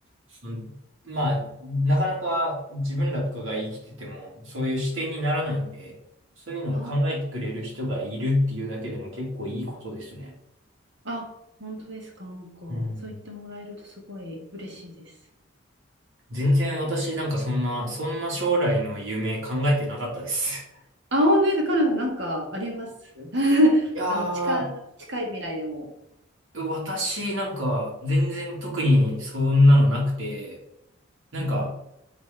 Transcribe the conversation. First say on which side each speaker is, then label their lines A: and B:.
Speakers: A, on the right; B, on the right.
A: その、まあ、なかなか自分らとかが生きてても、そういう視点にならないんで、そういうのを考えてくれる人がいるっていうだけでも結構いいことですね。
B: ああ、あ、本当ですか。なんか、
A: うん。
B: そう言ってもらえるとすごい嬉しいです。
A: 全然私なんかそんな、そんな将来の夢考えてなかったです。
B: あ、本当です。カナダなんかあります <laughs>
A: <laughs> いや
B: あの、近い、近い未来でも。
A: ー、私なんか全然特にそんなのなくて、なんか
B: うん、